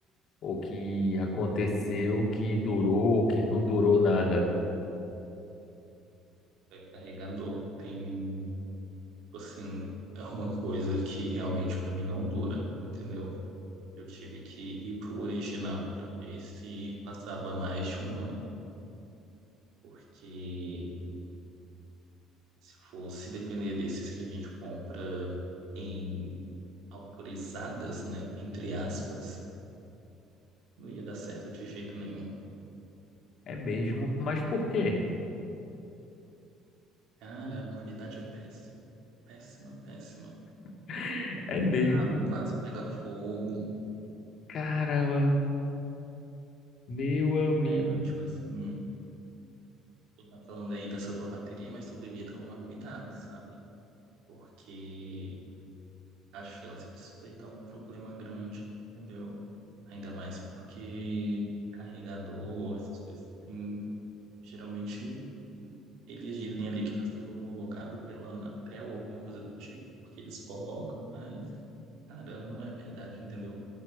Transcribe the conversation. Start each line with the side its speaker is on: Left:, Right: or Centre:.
Left: o que aconteceu, o que durou, o que não durou nada.
Right: Carregador tem Assim, é uma coisa que realmente pra mim não dura, entendeu? Eu tive que ir pro original pra ver se passava mais de um ano, porque se fosse depender desses que a gente compra em autorizadas, né, entre aspas, não ia dar certo de jeito nenhum.
Left: É mesmo, mas por quê?
Right: Cara, a qualidade é péssima, péssima, péssima.
Left: <laughs> É
Right: O
Left: mesmo.
Right: cabo quase pega fogo,
Left: Caramba, meu amigo,
Right: sério, tipo assim, tu tá falando aí dessa tua bateria, mas tu devia tomar cuidado, sabe? porque a chance disso daí dá um problema grande, entendeu? Ainda mais porque carregador, essas coisas assim, geralmente eles dizem ali que está sendo homologado pela Anatel, alguma coisa do tipo, porque eles colocam, mas, cara, não é verdade, entendeu?